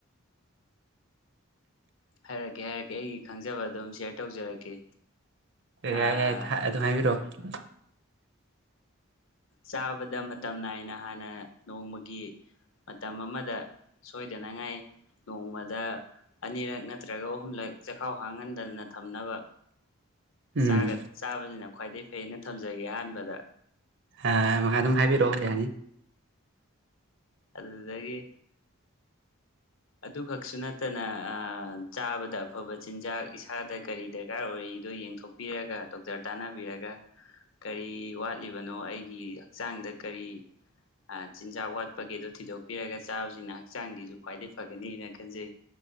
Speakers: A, on the left; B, on the right.
A: ꯍꯥꯏꯔꯛꯀꯦ ꯍꯥꯏꯔꯛꯀꯦ ꯑꯩꯒꯤ ꯈꯪꯖꯕ ꯑꯗꯨꯝ ꯁꯦꯌꯔ ꯇꯧꯖꯔꯛꯀꯦ
B: ꯑꯦ ꯌꯥꯏ
A: ꯑꯥ
B: ꯌꯥꯏꯦ ꯑꯗꯨꯝ ꯍꯥꯏꯕꯤꯔꯛꯑꯣ
A: ꯆꯥꯕꯗ ꯃꯇꯝ ꯅꯥꯏꯅ ꯍꯥꯟꯅ ꯅꯣꯡꯃꯒꯤ ꯃꯇꯝ ꯑꯃꯗ ꯁꯣꯏꯗꯅꯉꯥꯏ ꯅꯣꯡꯃꯗ ꯑꯅꯤꯔꯛ ꯅꯠꯇ꯭ꯔꯒ ꯑꯍꯨꯝꯂꯛ ꯆꯈꯥꯎ ꯍꯥꯡꯍꯟꯗꯗꯅ ꯊꯝꯅꯕ
B: ꯎꯝ
A: ꯆꯥꯕ ꯆꯥꯕꯁꯤꯅ ꯈ꯭ꯋꯥꯏꯗꯩ ꯐꯩꯅ ꯊꯝꯖꯒꯦ ꯑꯍꯥꯟꯕꯗ
B: ꯑ ꯃꯈ ꯑꯗꯨꯝ ꯍꯥꯏꯕꯤꯔꯛꯑꯣ ꯌꯥꯅꯤ
A: ꯑꯗꯨꯗꯒꯤ ꯑꯗꯨꯈꯛꯁꯨ ꯅꯠꯇꯅ ꯆꯥꯕꯗ ꯑꯐꯕ ꯆꯤꯟꯖꯥꯛ ꯏꯁꯥꯗ ꯀꯔꯤ ꯗꯔꯀꯥꯔ ꯑꯣꯏꯔꯤꯗꯣ ꯌꯦꯡꯊꯣꯛꯄꯤꯔꯒ ꯗꯣꯛꯇꯔ ꯇꯥꯟꯅꯕꯤꯔꯒ ꯀꯔꯤ ꯋꯥꯠꯂꯤꯕꯅꯣ ꯑꯩꯒꯤ ꯍꯛꯆꯥꯡꯗ ꯀꯔꯤ ꯑ ꯆꯤꯟꯖꯥꯛ ꯋꯥꯠ ꯄꯥ ꯒꯦꯗꯣ ꯊꯤꯗꯣꯛꯄꯤꯔꯒ ꯆꯥꯕꯁꯤꯅ ꯍꯛ ꯆꯥꯡꯒꯤꯁꯨ ꯈ꯭ꯋꯥꯏꯗꯒꯤ ꯐꯒꯅꯤꯅ ꯈꯟꯖꯩ